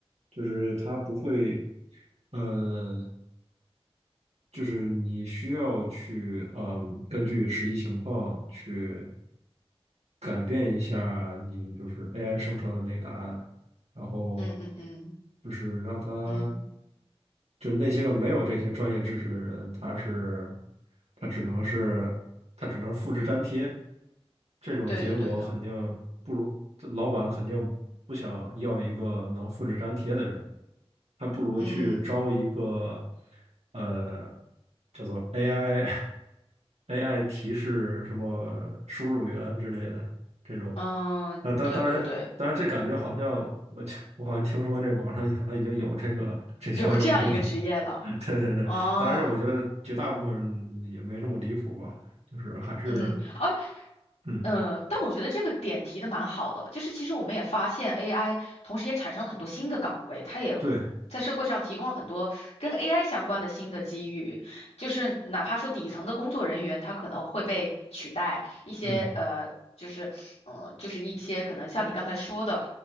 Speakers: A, on the right (about 85°); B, on the left (about 85°).
A: 就是它不会，呃，就是你需要去，嗯，根据实际情况去改变一下你就是 AI 生成的那个答案，然后
B: 嗯嗯嗯
A: 就是让它
B: 嗯，
A: 就那些个没有这些专业知识的人，他是他只能是他只能复制粘贴，这种结果肯定
B: 对的对的，
A: 不如这老板肯定不想要一个能复制粘贴的人，还不如去招一个
B: 嗯
A: 呃叫做 AI AI <laughs> 提示什么输入员之类的。这种。
B: 嗯对对对，
A: 呃，当当然，当然，这感觉好像我我好像听说这网上好像已经有这个这方面的功能。
B: 有这样一个职业了
A: <laughs> 对对对，
B: 哦。
A: 当然，我觉得绝大部分人也没这么离谱吧，就是还是，
B: 嗯，而
A: 嗯，
B: 呃，但我觉得这个点提的蛮好的，就是其实我们也发现 AI，同时也产生了很多新的岗位，它也
A: 对，
B: 在社会上提供了很多跟 AI 相关的新的机遇，就是哪怕说底层的工作人员，他可能会被取代，一些呃，
A: 嗯
B: 就是嗯、呃就是一些可能像你刚才说的。